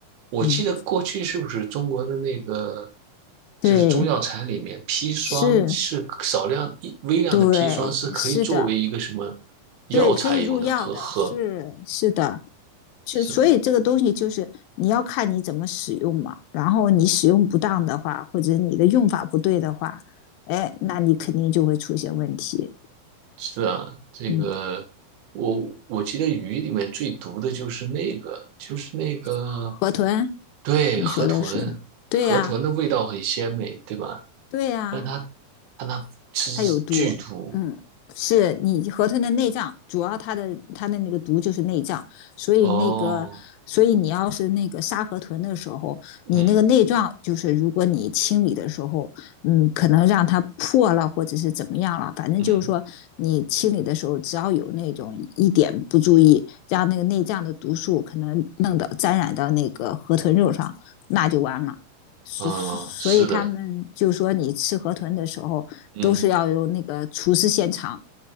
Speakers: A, on the right; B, on the left.
A: 我记得过去是不是中国的那个，
B: 嗯，对，
A: 就是中药材里面砒霜是少量一微量的砒霜是可以作为一个什么
B: 是，对，是的，
A: 药材用的，
B: 对，可以入药的，
A: 喝喝
B: 是是的，就所以这个东西就是你要看你怎么使用嘛。
A: 是啊
B: 然后你使用不当的话，或者你的用法不对的话，哎，那你肯定就会出现问题。
A: 是啊，这个我我记得鱼里面最毒的就是那个，
B: 嗯，
A: 就是那个。
B: 河豚，
A: 对，
B: 你说的是对呀、
A: 河豚，河豚的味道很鲜美，
B: 啊
A: 对吧？
B: 对呀、
A: 但它，
B: 啊
A: 但它吃剧毒
B: 它有毒，嗯，是你河豚的内脏，主要它的它的那个毒就是内脏，所以那个，
A: 哦，
B: 所以你要是那个杀河豚的时候，你那个内脏就是如果你清理的时候，
A: 嗯
B: 嗯，可能让它破了或者是怎么样了，反正就是说你清理的时候，
A: 嗯
B: 只要有那种一点不注意，让那个内脏的毒素可能弄到沾染到那个河豚肉上，那就完了。所所所以他们就说，
A: 嗯，是的，
B: 你吃河豚的时候，
A: 嗯，
B: 都是要有那个厨师现场。